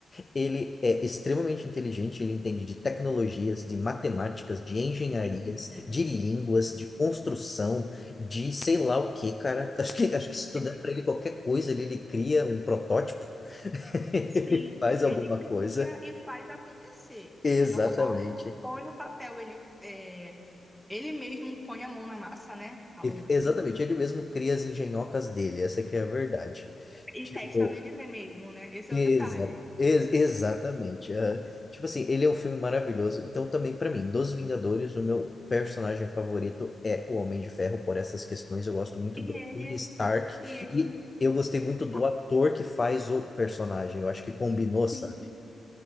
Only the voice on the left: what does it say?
Ele é extremamente inteligente, ele entende de tecnologias, de matemáticas, de engenharias,
de línguas, de construção, de sei lá o que, cara. <laughs> Acho que, acho que se tu
der pra ele qualquer coisa, ele, ele cria um protótipo, <laughs> ele
faz
alguma
coisa.
Exatamente.
E-
Exatamente, ele mesmo cria as engenhocas dele, essa que é a verdade.
Tipo,
Exa
ex- exatamente. é. tipo assim, ele é um filme maravilhoso. Então, também para mim, dos Vingadores, o meu personagem favorito é o Homem de Ferro, por essas questões. Eu gosto muito
do
Tony Stark
e eu gostei muito do
ator que faz o personagem. Eu acho que combinou, sabe?